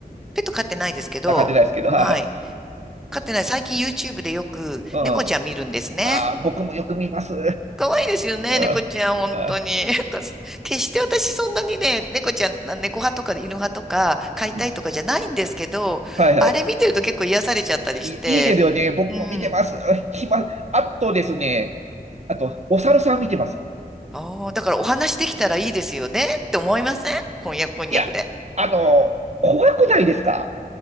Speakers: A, in the centre; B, on the right (about 45°).
A: ペット飼ってないですけど、
B: あ、飼ってないですけど、
A: はい。
B: あ、
A: 飼ってない。最近 YouTube でよく猫ちゃん見るんですね。
B: うん。あ、僕もよく見ます。
A: 可愛いですよね、
B: あ、
A: 猫ちゃん、本当に。
B: あ、
A: <laughs> なんか決して私そんなにね、猫ちゃん、な猫派とか犬派とか飼いたいとかじゃないんですけど、
B: うん。はいはい。
A: あれ見てると結構癒されちゃったりして、
B: いいいですよね。僕も見てます。
A: うん。
B: 暇、あとですね、あと、お猿さん見てます。
A: ああ、だからお話できたらいいですよねって思いません翻訳こんにゃくで。
B: いや、あの、怖くないですか